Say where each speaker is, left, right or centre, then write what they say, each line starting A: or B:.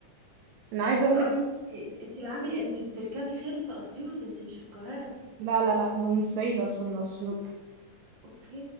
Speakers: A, on the right; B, on the right.
A: انا عايزه اقولك
B: اه انت انت العبي انت بتركبي خيل في اسيوط انت مش في القاهرة
A: لا لا لا انا من الصعيد اصلا من اسيوط
B: اوكي